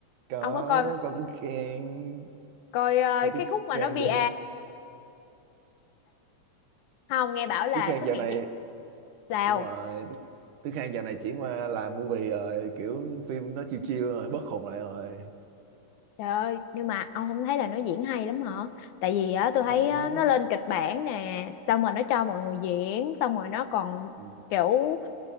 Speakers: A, on the right; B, on the left.
A: có
B: Ông có coi
A: có tiếng khen
B: coi ờ,
A: Còn Tú
B: cái khúc mà
A: Khang
B: nó bia
A: đi
B: không? Nghe bảo là
A: Tú Khang
B: xuất
A: dạo
B: hiện
A: này
B: chị Sao?
A: đúng rồi Tú, Tú Khang dạo này chuyển qua làm movie rồi kiểu phim nó chill chill rồi bất khùng lại rồi
B: Trời ơi, nhưng mà ông không thấy là nó diễn hay lắm hả? Tại vì á tôi
A: ấy
B: thấy á, nó lên kịch bản nè, xong rồi nó cho mọi người diễn, xong rồi nó còn
A: ừ.
B: kiểu